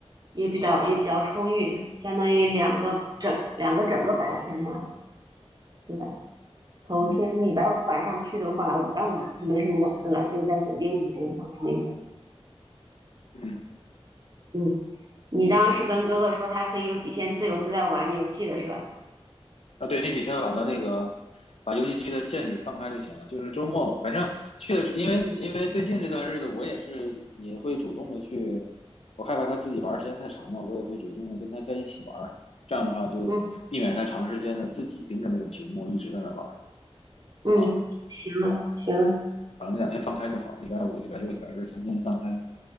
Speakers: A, on the right (about 40°); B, on the left (about 70°).
A: 也比较也比较充裕，相当于两个整两个整个白天嘛，对吧？头天礼拜五晚上去的话，
B: 嗯
A: 礼拜五晚上就没什么玩的了，就在酒店里面放松一下。
B: 嗯，
A: 嗯，你当时跟哥哥说他可以有几天自由自在玩游戏的是吧？
B: 可以。啊，对，那几天我把它那个把游戏机的限制放开就行了，就是周末嘛，反正去的是，因为因为最近这段日子我也是也会主动的去，
A: 嗯
B: 我害怕他自己玩儿时间太长嘛，我也会主动的跟他在一起玩儿，这样的话就避免他长时间的自己盯着那个屏幕一直在那玩儿
A: 嗯嗯，
B: 啊，
A: 行了行了
B: 反正两天放开就好，礼拜五、礼拜六、礼拜日三天放开，